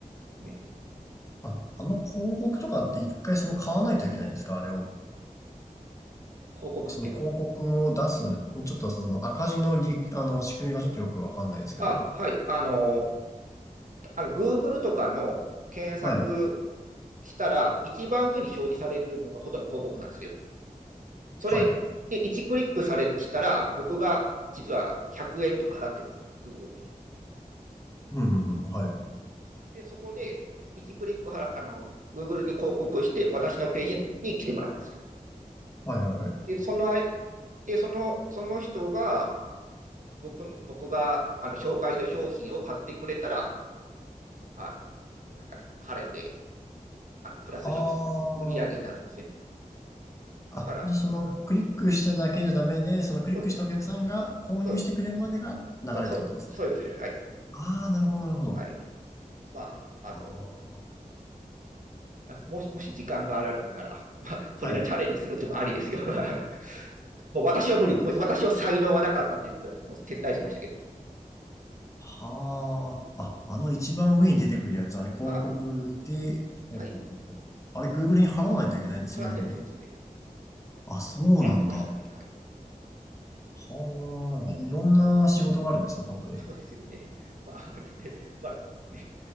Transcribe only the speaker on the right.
うん。ん
広告っていうの
あ、はい。あの、あの Google とかの検索
したら、一番上に表示されるのがほとんど広告なんですよ。それで1クリックされしたら、
僕が実は100円とか払ってるんですよ。Google に。
で、そこで1クリックはあの Google に広告して、私のページに来てもらうんですよ。
で、そのあいでそのその人が僕僕があの紹介した商品を買ってくれたら、あのなんですかね、晴れてあのプラス収支、
売り上げになるんですね。
だから、
うん、
そうそうそうそうそうですね。はい。
はい。まあ、あの、
もしもし時間があるなら、まあ、それをチャレンジするってもありですよ。
<laughs> もう私は無理、
もう私は才能はなかったということで、もう撤退しましたけど、
あ、
はい、
払ってますよ、
常に。
払ってましたね、
はい。
そうですよね。<laughs> まあ、ね、まあ、ね、